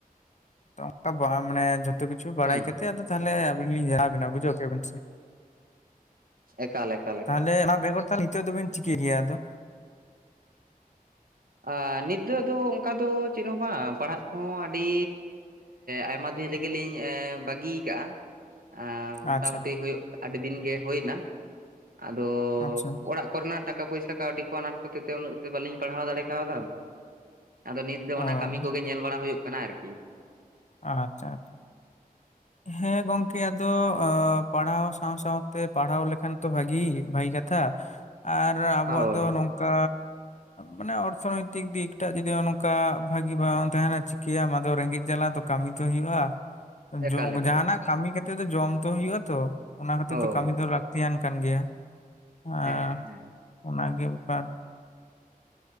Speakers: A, on the left; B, on the right.
A: ᱚᱱᱠᱟ ᱵᱟ ᱢᱟᱱᱮᱼᱼ ᱡᱚᱛᱚ ᱠᱤᱪᱷᱩ ᱵᱟᱲᱟᱭ
B: ᱦᱩᱸ
A: ᱠᱟᱛᱮ ᱟᱫᱚ ᱛᱟᱦᱞᱮ ᱟᱵᱤᱱ ᱞᱤᱧ ᱡᱟᱱᱟᱣ ᱟᱵᱮᱱᱟ ᱵᱩᱡᱷᱟᱹᱣ ᱠᱮᱜ-ᱟ ᱵᱤᱱ ᱥᱮ᱾
B: ᱮᱠᱟᱞ ᱮᱠᱼᱼ
A: ᱛᱟᱦᱞᱮ ᱚᱱᱟ ᱵᱮᱜᱚᱨ ᱛᱟᱦᱞᱮ ᱱᱤᱛᱚᱜ ᱫᱚᱵᱤᱱ ᱪᱤᱠᱟᱹ ᱜᱮᱭᱟ ᱟᱫᱚ?
B: ᱟ ᱱᱤᱛ ᱫᱚ ᱫᱚ ᱚᱱᱠᱟ ᱫᱚ ᱪᱮᱫ ᱦᱚᱸ ᱵᱟᱝ ᱯᱟᱲᱦᱟᱜ ᱠᱚᱦᱚᱸ ᱟᱹᱰᱤ ᱟᱭᱢᱟ ᱮ ᱫᱤᱱᱼᱼ ᱨᱮᱜᱮᱞᱤᱧ ᱮ ᱵᱟᱹᱜᱤᱭ ᱠᱟᱜ-ᱟ ᱟ ᱢᱚᱴᱟᱢᱩᱴᱤ
A: ᱟᱪᱪᱷᱟ
B: ᱦᱩᱭᱩᱜ ᱠᱟᱱᱟᱼᱼ ᱟᱹᱰᱤ ᱫᱤᱱ ᱜᱮ ᱦᱳᱭᱱᱟ ᱟᱫᱚ
A: ᱟᱪᱪᱷᱟ
B: ᱚᱲᱟᱜᱼᱼ ᱠᱚᱨᱮᱱᱟᱜ ᱴᱟᱠᱟ ᱯᱚᱭᱥᱟ ᱠᱟᱹᱣᱰᱤ ᱠᱚ ᱟᱱᱟᱴ ᱠᱷᱚᱛᱤᱨ ᱛᱮ ᱩᱱᱟᱹᱜ ᱛᱮ ᱵᱟᱹᱞᱤᱧ ᱯᱟᱲᱦᱟᱣ ᱫᱟᱲᱮ ᱠᱟᱣᱫᱟᱼᱼ ᱟᱫᱚ ᱱᱤᱛ ᱫᱚ ᱚᱱᱟ
A: ᱚ ᱟᱪᱪᱷᱟ
B: ᱠᱚᱜᱮ ᱧᱮᱞ ᱵᱟᱲᱟ ᱦᱩᱭᱩᱜ ᱠᱟᱱᱟ ᱟᱨᱠᱤ᱾
A: ᱟᱪᱪᱷᱟ ᱟᱪᱼᱼ ᱦᱮᱸ ᱜᱚᱝᱠᱮ ᱟᱫᱚ ᱮ ᱯᱟᱲᱦᱟᱣ ᱥᱟᱶ ᱥᱟᱶ ᱛᱮ ᱯᱟᱲᱦᱟᱣ ᱞᱮᱠᱷᱟᱱ ᱛᱚ ᱵᱷᱟᱜᱤ ᱵᱟᱜᱤ ᱠᱟᱼᱼ ᱛᱷᱟ ᱟᱨ ᱟᱵᱚᱣᱟᱜ
B: ᱦᱳᱭ
A: ᱫᱚ ᱱᱚᱝᱠᱟᱼᱼ ᱢᱟᱱᱮ ᱚᱨᱛᱷᱚᱱᱳᱭᱛᱤᱠ ᱫᱤᱠᱴᱟᱜ ᱡᱩᱫᱤ ᱚᱱᱠᱟ ᱵᱷᱟᱹᱜᱤ ᱵᱟᱝ ᱛᱟᱦᱮᱱᱟ ᱪᱤᱠᱟᱹᱭᱟᱢ ᱟᱫᱚ ᱨᱮᱸᱜᱮᱡ ᱡᱟᱞᱟ ᱫᱚᱼᱼ ᱠᱟᱹᱢᱤ ᱛᱚ ᱦᱩᱭᱩᱜᱼᱟ᱾
B: ᱮᱠᱟᱞ
A: ᱡᱚᱠ
B: ᱮᱠᱟᱞ
A: ᱡᱟᱦᱟᱱᱟᱜ ᱠᱟᱹᱢᱤ ᱠᱟᱛᱮ ᱫᱚ ᱡᱚᱢ ᱛᱚ ᱦᱳᱭᱳᱜᱼᱟ ᱛᱚ ᱚᱱᱟ ᱠᱷᱟᱹᱛᱤᱨ
B: ᱦᱳᱭ
A: ᱫᱚ ᱠᱟᱹᱢᱤ ᱫᱚ ᱞᱟᱠᱼᱼ ᱛᱤᱭᱟᱱ ᱠᱟᱱ ᱜᱮᱭᱟ ᱟᱨ
B: ᱦᱮᱸ ᱦᱮᱸ
A: ᱚᱱᱟᱜᱮ ᱵᱮᱯᱟᱨᱼᱼ